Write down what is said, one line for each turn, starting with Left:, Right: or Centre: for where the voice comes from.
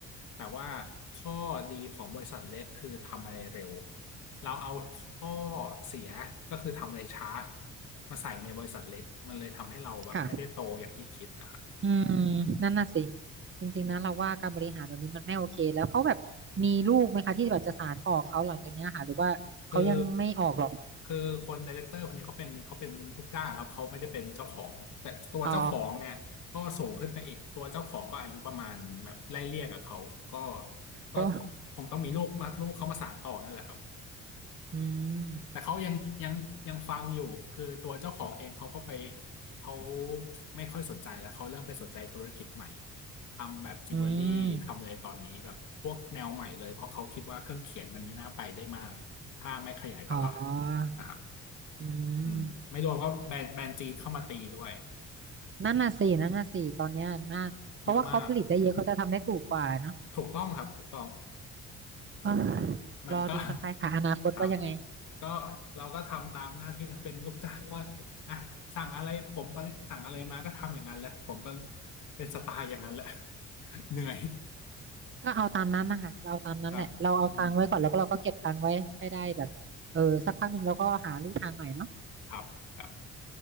Left: แต่ว่าข้อดีของบริษัทเล็กคือทำอะไรเร็วเราเอาข้อเสียก็คือทำอะไรช้ามาใส่ในบริษัทเล็กมันเลยทำให้เราแบบไม่ได้โตอย่างที่คิดนะครับ
Right: ค่ะ อืมนั่นน่ะสิจริงๆนะเราว่าการบริหารแบบนี้มันไม่โอเคแล้วเขาแบบมีลูกไหมคะที่แบบจะสานต่อเขาหลังจากเนี้ยค่ะหรือว่าเขายังไม่ออกหรอก
Left: คือคือคนไดเรคเตอร์คนนี้เขาเป็นเขาเป็นลูกจ้างครับเขาไม่ได้เป็นเจ้าของแต่ตัวเจ้าของเนี่ยก็สูงขึ้นไปอีกตัวเจ้าของก็อายุประมาณแบบไล่เลี่ยกับเขาก็
Right: อ๋อ
Left: ก็
Right: โอ้
Left: คงต้องมีลูกมาลูกเขามาสานต่อนั่นแหละครับ
Right: <laughs> อืม
Left: แต่เขายังยังยังฟังอยู่คือตัวเจ้าของเองเขาก็ไปเขาไม่ค่อยสนใจแล้วเขาเริ่มไปสนใจธุรกิจใหม่ทำแบบจิวเวลรี่ทำอะไรตอนนี้แบบพวกแนวใหม่เลยเพราะเขาคิดว่าเครื่องเขียนมันไม่น่าไปได้มากถ้าไม่ขยายตลาด
Right: อืมอ๋อ
Left: นะครับ
Right: อื
Left: อืมไม่รวมว่าแบรนด์แบรนด์จีนเข้ามาตีด้วย
Right: มนั่นน่ะสินั่นน่ะสิตอนเนี้ยน่าเพราะว่าเขาผลิตได้เยอะเขาจะทำได้ถูกกว่าเนาะ
Left: เยอะมากถูกต้องครับถูกต้อง
Right: เออ
Left: มันก็
Right: รอดูกันไปค่ะอนาคตว่ายังไง
Left: <laughs> ครับก็เราก็ทำตามหน้าที่ <laughs> เป็นลูกจ้างว่าอ่ะสั่งอะไรผมตอนนี้สั่งอะไรมาก็ทำอย่างนั้นแหละผมก็เป็นสไตล์อย่างนั้นแหละ <laughs> เหนื่อย
Right: ก็เอาตามนั้นนะคะ เราเอาตามนั้นแหละเราเอาตังค์ไว้ก่อนแล้วก็เราก็เก็บตังค์ไว้ให้ได้แบบเออสักพักหนึ่งเราก็หาลู่ทางใหม่เนาะ
Left: ครับอืมครับครับ